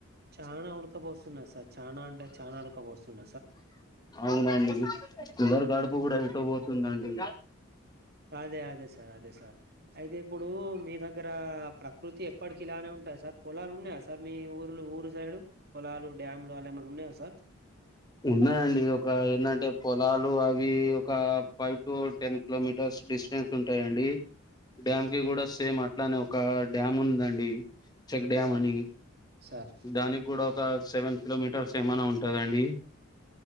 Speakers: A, on the right; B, on the left.
A: చానా ఉడకబోస్తున్నాది సార్ చానా అంటే చానా ఉడకబోస్తున్నాది
B: అవునండి కులర్ గడుపు కూడా ఎటో పోతుందండి
A: అదే అదే సార్ అదే సార్ అయితే ఇప్పుడు మీ దగ్గర ప్రకృతి ఎప్పటికి ఇలానే ఉంటాద సార్ పొలాలు ఉన్నాయా సార్ మీ ఊర్లో ఊరు సైడు పొలాలు డ్యామ్లు అలా ఏమనా ఉన్నాయా సార్
B: ఉన్నాయండి ఒక ఏందంటే పొలాలు అవి ఒక five to ten kilometres distance ఉంటాయండి డ్యామ్కి కూడా సేమ్ అట్లానే ఒక డ్యామ్ ఉందండి చెక్ డ్యామ్
A: సార్
B: అని
A: సార్
B: దానికి కూడా ఒక సెవెన్ కిలోమీటర్స్ ఏమైనా ఉంటుంద అండి